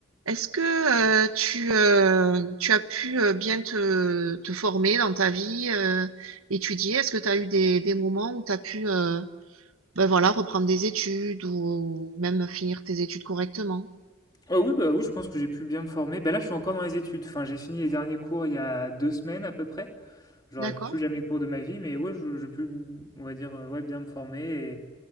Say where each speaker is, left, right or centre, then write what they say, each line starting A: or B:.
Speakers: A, on the right; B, on the left.
A: Est-ce que, heu, tu, heu, tu as pu, heu, bien te te former dans ta vie, heu, étudier? Est-ce que tu as eu des des moments où tu as pu, heu, bah, voilà, reprendre des études ou même finir tes études correctement?
B: Euh, oui, bah oui, je pense que j'ai pu bien me former. Bah là, je suis encore dans les études. Enfin, j'ai fini les derniers cours il y a deux semaines à peu près. J'aurai
A: D'accord,
B: plus jamais cours de ma vie, mais ouais, je- j'ai pu, on va dire, euh, ouais, bien me former. Et, et